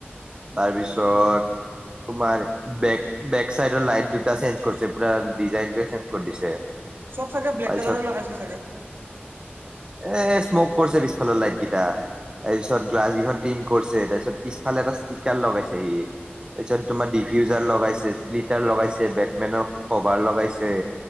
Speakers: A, on the right (about 25°); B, on the right (about 60°).
A: তাৰপিছত
B: উম
A: তোমাৰ বেক বেক চাইডৰ লাইট দুটা চেঞ্জ কৰিছে পুৰা ডিজাইনটোৱে চেঞ্জ কৰি দিছে।
B: চব চাগে ব্লেক
A: তাৰপিছত
B: কালাৰৰ লগাইছে চাগে।
A: এ স্মক কৰিছে পিছফালৰ লাইট গিটা, তাৰপিছত গ্লাছ কেইখন
B: উম
A: তিন কৰিছে, তাৰপিছত পিছফালে এটা স্পিকাৰ লগাইছে সি, তাৰ পিছত তোমাৰ ডিফিউজাৰ
B: উম
A: লগাইছে লিটাৰ লগাইছে, বেটমেনৰ কভাৰ লগাইছে।